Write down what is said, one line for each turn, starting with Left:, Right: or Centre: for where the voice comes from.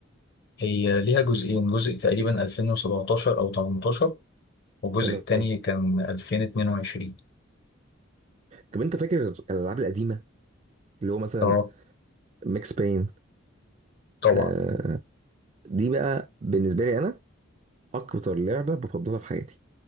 Left: هي ليها جزئين جزء تقريبا 2017 او 18 والجزء
Right: تمام
Left: التاني كان 2022
Right: طب انت فاكر الالعاب القديمه اللي هو مثلا
Left: اه
Right: ماكس باين
Left: طبعا
Right: آه دي بقى بالنسبه لي انا اكتر لعبه بفضلها في حياتي